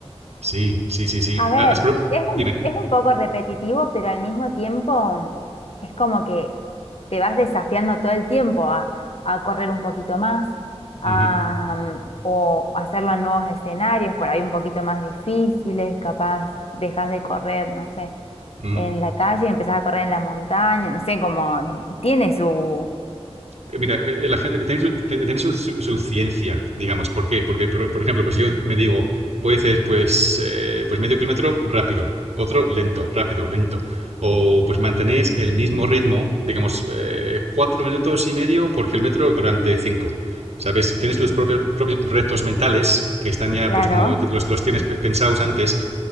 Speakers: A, on the right (about 80°); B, on the left (about 65°).
A: sí, sí, sí, sí.
B: A ver,
A: Ah, has pro-
B: es un,
A: Dime.
B: es un poco repetitivo, pero al mismo tiempo mm, es como que te vas desafiando todo el tiempo a, a correr un poquito más, a,
A: Ujú,
B: mm, o hacerlo en nuevos escenarios, por ahí un poquito más difíciles, capaz dejas de correr, no sé,
A: ujú.
B: en la calle, y empezás a correr en la montaña, no sé, como tiene su...
A: Eh, Mira, eh, eh, la gente tiene, su, te- tiene su- su- su ciencia, digamos. ¿Por qué? Porque, por, por ejemplo, pues yo me digo, puede ser pues, eh, pues medio kilómetro rápido, otro lento, rápido, lento. O pues mantenéis el mismo ritmo, digamos, eh, cuatro minutos y medio por kilómetro durante cinco. ¿Sabes? Tienes tus propios, propios retos mentales que están ya,
B: Claro,
A: pues como te- los, los tienes pe- pensados antes